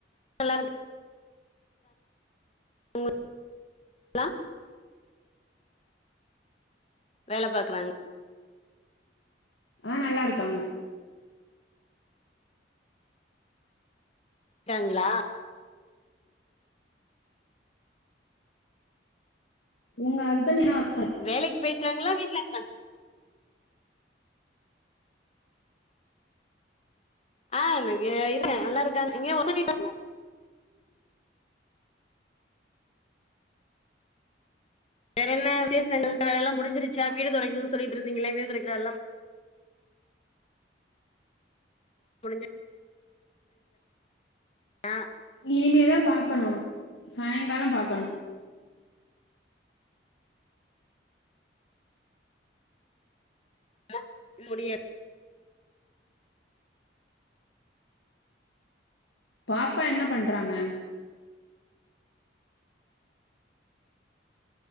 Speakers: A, on the left (about 35°); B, on the left (about 80°).
A: நல்லா <inaudible> லா வேல பாக்குறாங்க
B: ஆ நல்லாருக்காங்க
A: ட்டாங்ளா
B: உங்க ஹஸ்பண்ட் என்ன ஒர்
A: வேலைக்கு பேய்ட்டாங்ளா வீட் <unintelligible> ஆ எனக்கு இருங்க நல்லா இருக்காங்க எங்கயோ <inaudible> பண்ணிட்டாங்க வேறென்ன விசேஷங்கள் வேலல்லா முடிஞ்சுருச்சா வீடு தொடைக்கணுன் சொல்லிட்ருந்தீங்ளே வீடு தொடைக்ற வேலலா முடிஞ்சு <inaudible> ஆ
B: இனிமேதா பாக்கணு சாய்ங்கால பாக்கணு
A: ஆ முடியல
B: பாப்பா என்ன பண்றாங்க